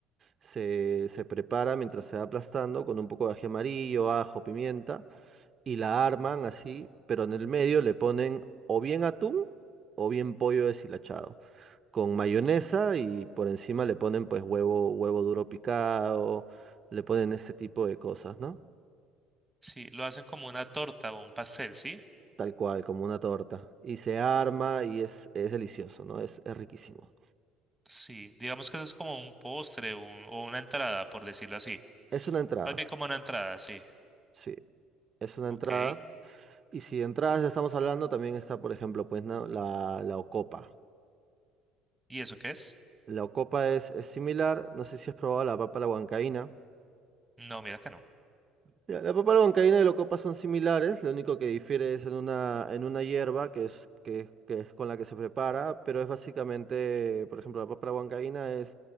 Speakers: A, on the right (about 30°); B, in the centre.
A: Se, se prepara mientras se va aplastando con un poco de ají amarillo, ajo, pimienta y la arman así, pero en el medio le ponen o bien atún o bien pollo deshilachado con mayonesa y por encima le ponen pues huevo, huevo duro picado, le ponen ese tipo de cosas, ¿no?
B: Sí, lo hacen como una torta o un pastel, ¿sí?
A: Tal cual, como una torta. Y se arma y es, es delicioso, ¿no? Es, es riquísimo.
B: Sí, digamos que eso es como un postre o, un- o una entrada, por decirlo así.
A: Es una entrada,
B: Más bien como una entrada, sí.
A: sí, es una
B: Ok.
A: entrada. Y si de entradas ya estamos hablando, también está, por ejemplo, pues ¿no? la, la ocopa.
B: ¿Y eso qué es?
A: La ocopa es, es similar, no sé si has probado la papa a la huancaína.
B: No, mira que no.
A: Ya, La papa a la huancaína y la ocopa son similares, lo único que difiere es en una, en una hierba que es, que, que es con la que se prepara, pero es básicamente, por ejemplo, la papa a la huancaína es,